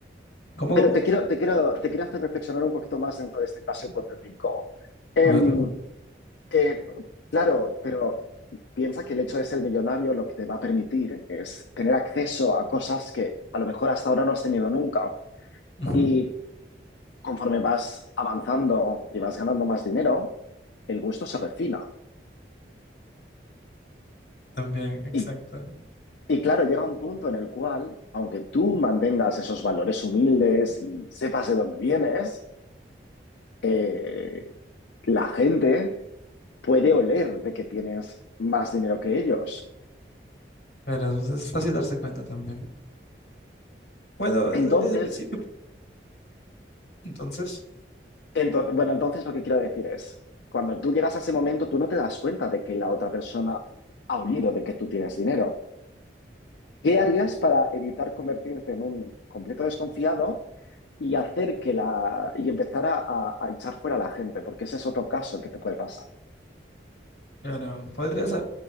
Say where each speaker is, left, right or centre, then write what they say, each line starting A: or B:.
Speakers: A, on the left; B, on the left.
A: ¿Cómo,
B: Pero
A: cómo?
B: te quiero, te quiero, te quiero hacer reflexionar un poquito más dentro de este caso hipotético. Em,
A: A ver.
B: eh, claro, pero piensa que el hecho de ser millonario lo que te va a permitir es tener acceso a cosas que a lo mejor hasta ahora no has tenido nunca.
A: Ujú.
B: Y conforme vas avanzando y vas ganando más dinero, el gusto se refina.
A: También, exacto.
B: Y, y claro, llega un punto en el cual, aunque tú mantengas esos valores humildes y sepas de dónde vienes, eh, la gente puede oler de que tienes más dinero que ellos.
A: Pero es es fácil darse cuenta también. Bueno,
B: Entonces,
A: eh, eh, pues sí, entonces,
B: ento- bueno, entonces lo que quiero decir es, cuando tú llegas a ese momento, tú no te das cuenta de que la otra persona ha olido de que tú tienes dinero. ¿Qué harías para evitar convertirte en un completo desconfiado y hacer que la y empezar a, a- a echar fuera a la gente? Porque ese es otro caso que te puede pasar.
A: claro, podrías